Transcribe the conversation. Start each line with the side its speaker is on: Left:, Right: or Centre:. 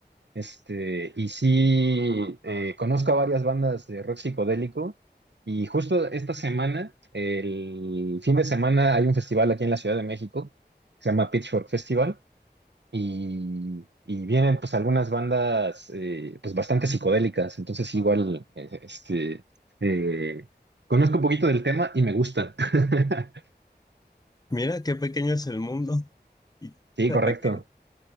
Right: Este, y sí, eh, conozco a varias bandas de rock psicodélico y justo esta semana, el fin de semana, hay un festival aquí en la Ciudad de México que se llama Pitchfork Festival y, y vienen pues algunas bandas eh, pues bastante psicodélicas, entonces igual, eh, este, eh, conozco un poquito del tema y me gusta. <laughs>
Left: Mira qué pequeño es el mundo. Y
Right: Sí,
Left: fíjate
Right: correcto,